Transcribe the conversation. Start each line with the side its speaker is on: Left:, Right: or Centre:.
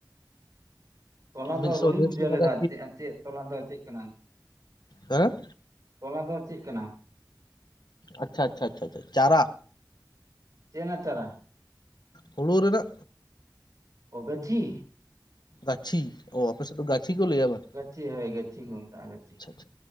Right: ᱛᱚᱞᱟ
Left: ᱢᱤᱫᱥᱚ
Right: ᱫᱚ ᱵᱟᱹᱞᱤᱧ
Left: ᱰᱮᱲᱥᱚ
Right: ᱵᱩᱡᱷᱟᱹᱣ
Left: ᱴᱟᱠᱟ
Right: ᱞᱮᱫᱟ ᱪᱮᱫ ᱪᱮᱫ ᱛᱚᱞᱟ ᱫᱚ ᱪᱮᱫ ᱠᱟᱱᱟ,
Left: ᱦᱟᱸ
Right: ᱛᱚᱞᱟ ᱫᱚ ᱪᱮᱫ ᱠᱟᱱᱟ?
Left: ᱟᱪᱪᱷᱟ ᱟᱪᱷᱟ ᱟᱪᱷᱟ ᱪᱷᱟ ᱪᱟᱨᱟ
Right: ᱪᱮᱱᱟ ᱪᱟᱨᱟ?
Left: ᱦᱩᱲᱩ ᱨᱮᱱᱟᱜ,
Right: ᱚ ᱜᱟᱪᱷᱤ
Left: ᱜᱟᱪᱷᱤ ᱚ ᱟᱯᱮᱥᱮᱫ ᱜᱟᱪᱷᱤ ᱠᱚ ᱞᱟᱹᱭ ᱟᱵᱟᱨ
Right: ᱜᱟᱪᱷᱤ ᱦᱚᱭ ᱜᱟᱪᱷᱤ ᱠᱚ ᱢᱮᱛᱟᱜ ᱜᱟᱪᱷᱤ,
Left: ᱟᱪᱪᱷᱟ